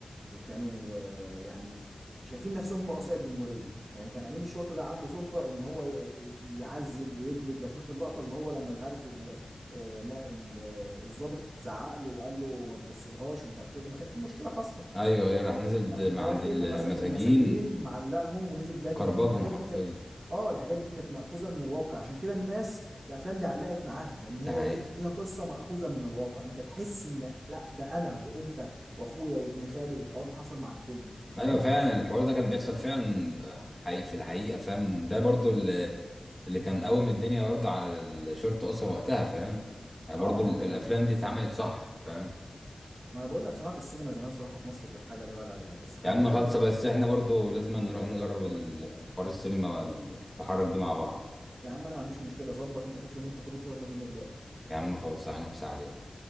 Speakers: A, on the right (about 60°); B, in the centre.
A: وكانوا آه، يعني شايفين نفسهم رؤساء الجمهورية يعني كان أمين الشرطة ده عنده سلطة إن هو ي- ي- يعذب ويجلد لو شفت اللقطة اللي هو لما مش عارف ال- آه، نا- ال- آه، الضابط زعق له وقال له ما تبصلهاش ومش عارف ايه لما كان في مشكلة حاصلة
B: ايوه ايوه راح نزل د-
A: راح داخل
B: مع عند المساجين
A: ومسك المساجين معلقهم ونزل جلد
B: كربجهم
A: فيهم الحاجات
B: حرفيا
A: دي كانت اه الحاجات دي كانت مأخوذة من الواقع عشان كده الناس الافلام دي علقت معاها لان هي
B: ده حقيقة
A: ايه فيها قصة مأخوذة من الواقع انت تحس ان لا ده انا وانت واخويا وابن خالي والحوار ده حصل مع الكل فاهم
B: ايوه فعلا الحوار ده كان بيحصل فعلا حقيقي في الحقيقة فاهم ده برضو ال- اللي كان قوم الدنيا برضو على الشرطة اصلا وقتها فاهم يعني
A: اه
B: برضو
A: ما
B: ال-
A: هو كانت
B: الافلام
A: دي
B: دي اتعملت صح فاهم
A: ما انا بقول لك صناعة السينما زمان صراحة في مصر كانت حاجة لا يعلى عليها بس حاليا
B: يا عم خالصة
A: ما...
B: بس احنا برضو لازم نروح نجرب ال- الحوار السينما والتحرك دي مع بعض
A: يا عم انا ما عنديش مشكلة ظبط انت شوف يوم انت فاضي فيه يلا بينا دلوقتي
B: يا عم خالصة احنا مسا عليه